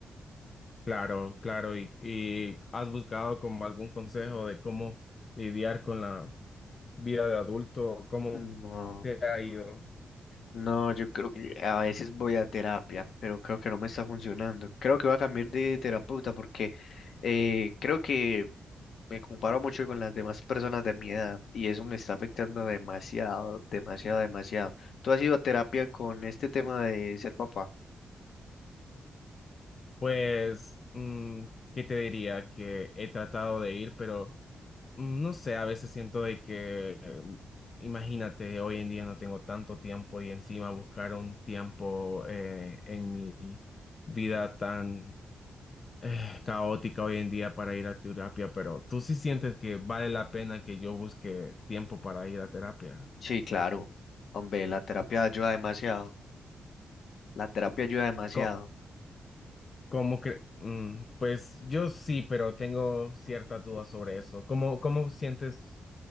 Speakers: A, on the left; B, on the left.
A: Claro, claro. ¿Y, y has buscado como algún consejo de cómo lidiar con la vida de adulto? ¿Cómo
B: No,
A: te ha ido?
B: no, yo creo que a veces voy a terapia, pero creo que no me está funcionando. Creo que voy a cambiar de terapeuta porque eh, creo que me comparo mucho con las demás personas de mi edad y eso me está afectando demasiado, demasiado, demasiado. ¿Tú has ido a terapia con este tema de ser papá?
A: Pues, mm, ¿qué te diría? Que he tratado de ir, pero Mm, No sé, a veces siento de que, eh, imagínate, hoy en día no tengo tanto tiempo y encima buscar un tiempo eh, en mi vida tan eh, caótica hoy en día para ir a terapia, pero tú sí sientes que vale la pena que yo busque tiempo para ir a terapia.
B: Sí, claro. Hombre, la terapia ayuda demasiado. La terapia ayuda demasiado.
A: Co- ¿Cómo cre- mm, pues yo sí, pero tengo ciertas dudas sobre eso. ¿Cómo, cómo sientes